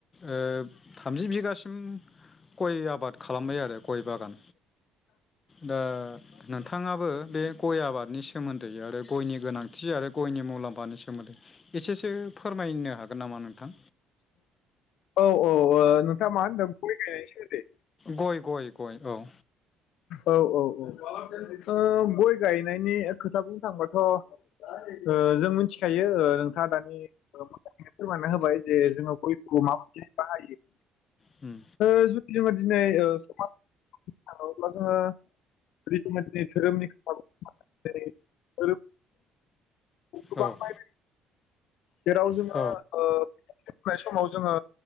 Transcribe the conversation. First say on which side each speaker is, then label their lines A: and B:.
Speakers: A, on the left; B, on the left.
A: ओ थामजि बिगासिम गय आबाद खालामबाय आरो गय बागान दा नोंथाङाबो बे गय आबादनि सोमोन्दै आरो गयनि गोनांथि जायो आरो गयनि मुलाम्फानि एसेसो फोरमायनो हागोन नामा नोंथां
B: औ ओ नोंथाङा मा होनदों गाय गथायनायनि सोमोन्दै
A: गय गय गय औ
B: औ औ औ ओ गय गायनायनि खोथा बुंनो थाङबाथ' जों मिथिखायो नोंथाङा दानिथनो फोरमायना होबाय जे जोङो गयखौ माबायदि बाहायो
A: उम
B: जुदि जोङो दिनै समाज औ अब्ला जोङो <unintelligible> धोरोमनि खोथा जेरै धोरोम गोबां
A: औ
B: बायनाय जेराव जोङो
A: औ
B: फोनाय समाव जोङो